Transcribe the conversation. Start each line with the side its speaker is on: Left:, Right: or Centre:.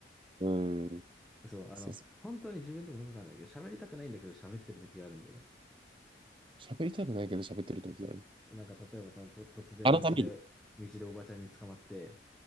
Right: うん。
Centre: う。そう、あの、
Right: そうそう。
Centre: 本当に自分でもよくわかんないけど、喋りたくないんだけど喋ってる時があるんだよね。
Right: 喋りたくないけど喋ってる時がある。
Centre: なんか例えばそのと突然道で、
Right: あのために。
Centre: 道でおばちゃんに捕まって、